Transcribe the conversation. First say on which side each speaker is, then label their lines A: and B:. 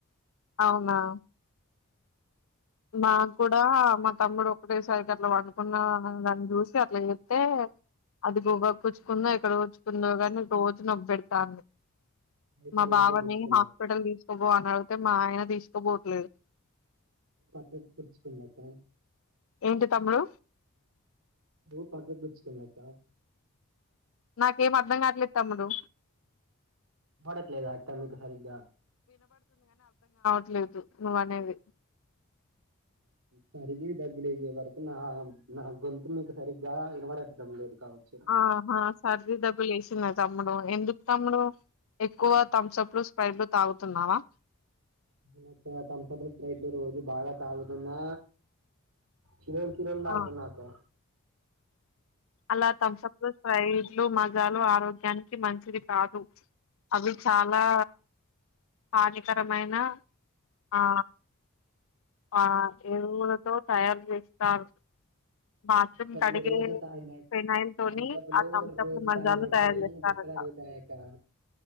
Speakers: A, on the left (about 65°); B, on the right (about 75°).
A: అవునా మాకు కూడా మా తమ్ముడు ఒకటేసరికి అట్ల వండుకున్న దాన్ని చూసి అట్లా చేత్తే అది గోబ కూచ్చుకుందో ఎక్కడ కూచ్చుకుందో కాని రోజు నొప్పెడుతాంది
B: అది
A: మా
B: సైడ్కే
A: బావని
B: గుచ్చుకుంది
A: హాస్పిటల్ తీసుకు ఓనర్ తో మా ఆయన తీస్ త బోట్లేదు
B: కుర్చ్చుకున్నట
A: ఏంటి తమ్ముడు
B: ఓ పక్క కుచ్చుకున్నక్క
A: నాకేం అర్ధం కాట్లే తమ్ముడు
B: వినపడట్లేదా అక్క మీకు సరిగా
A: ఉహు నువ్వ అనేవి
B: సరిది డబ్బులు్యే వరకు నా నా గొంతు మీకు సరిగ్గా వినబడట్టాం లేదు కావచ్చు
A: ఆహా సర్దిీ దబి చేసిందా తమ్ ఎందుకు తమ్ముడు ఎక్కువ థమ్స్ అప్లు స్ప్రైడ్లు తాగుతున్నావా
B: <unintelligible> థమ్సప్లు స్ప్రైట్లు రోజు బాగా తాగుతున్నా చివరికి నీళ్ళు తాగుతున్న
A: ఆ
B: అక్కా
A: అలా థమ్సప్లు స్ప్రైట్లు మజాలు ఆరోగ్య గ్యానికి మంచిది కాదు అవి చాలా కార్యకరమైన ఆ ఆ ఎరువులతో తయారు చేస్తారు బాత్రూమ్
B: థమ్సప్లు
A: కడిగే
B: రోజు తాగిన
A: ఫినాయిల్ తోని
B: థమ్సప్లు
A: ఆ థమ్సప్లు
B: రోజు
A: మజాలు
B: తాగిన
A: తయారు
B: కానీ
A: చేస్తారంట
B: బొక్కలు అరుగుతాయక్కా